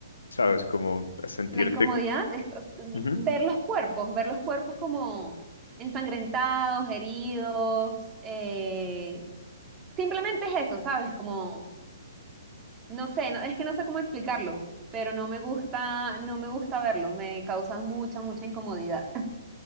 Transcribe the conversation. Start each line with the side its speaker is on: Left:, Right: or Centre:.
Left: ¿sabes? Como a sentirte...
Right: La incomodidad es eh,
Left: Ujú.
Right: ver los cuerpos, ver los cuerpos como ensangrentados, heridos, eh, simplemente es eso, ¿sabes? Como, no sé, no- es que no sé cómo explicarlo, pero no me gusta, no me gusta verlo, me causa mucha, mucha incomodidad. <laughs>